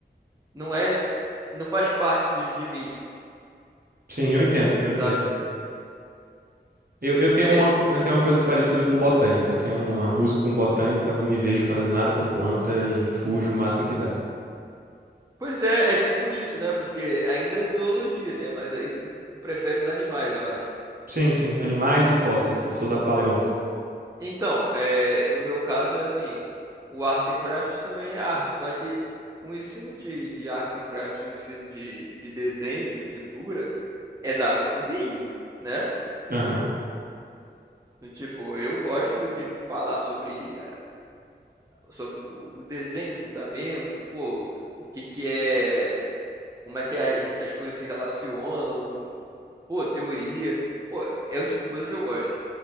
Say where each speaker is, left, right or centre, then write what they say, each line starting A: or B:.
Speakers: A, on the right; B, on the right.
A: não é, não faz parte de, de mim,
B: Sim, eu entendo, eu entendo.
A: sabe?
B: Eu, eu tenho
A: É,
B: uma, co- eu tenho uma coisa parecida com botânica. Eu tenho uma rusga com botânica, eu não me vejo fazendo nada com planta e fujo o máximo que dá.
A: Pois é, é tipo isso, né? Porque ainda é biologia, né? Mas aí tu, tu prefere os animais, eu acho.
B: Sim, sim, animais e fósseis. Eu sou da paleonto.
A: Então, é, no meu caso, é assim, o Arts and Crafts também é arte, só que o ensino de, de Arts and Crafts, o ensino de, de desenho, de pintura, é da água pro vinho, né?
B: Aham.
A: Do Tipo, eu gosto de falar sobre, sobre o o desenho, o fundamento, pô, o que que é, como é que as as cores se relacionam, pô, teoria. Pô, é o tipo de coisa que eu gosto.